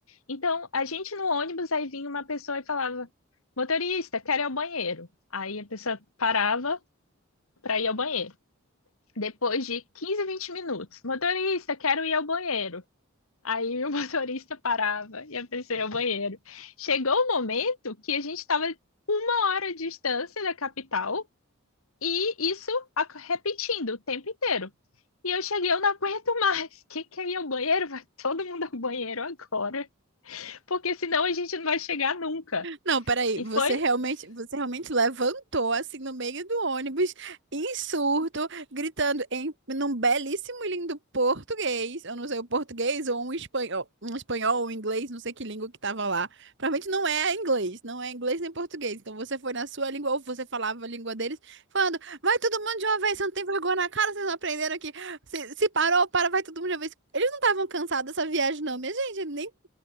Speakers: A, on the left; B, on the right.
A: Então, a gente no ônibus, aí vinha uma pessoa e falava: motorista, quero ir ao banheiro. Aí a pessoa parava para ir ao banheiro. Depois de 15, 20 minutos, motorista, quero ir ao banheiro. Aí o <laughs> motorista parava e a pessoa ia ao banheiro. Chegou o momento que a gente estava uma hora de distância da capital e isso ac- repetindo o tempo inteiro. E eu cheguei, eu não aguento mais. <laughs> Quem quer ir ao banheiro? Vai todo mundo ao banheiro agora, porque senão a gente não vai chegar nunca.
B: Não, peraí,
A: E
B: você
A: foi
B: realmente, você realmente levantou assim no meio do ônibus, em surto, gritando em num belíssimo e lindo português, eu não sei o português ou um espanhol, um espanhol ou um inglês, não sei que língua que tava lá. Provavelmente não é inglês, não é inglês nem português. Então você foi na sua língua ou você falava a língua deles, falando: "Vai todo mundo de uma vez, você não tem vergonha na cara, vocês não aprenderam aqui. Se, se parou, para, vai todo mundo de uma vez". Eles não estavam cansados dessa viagem não, minha gente, nem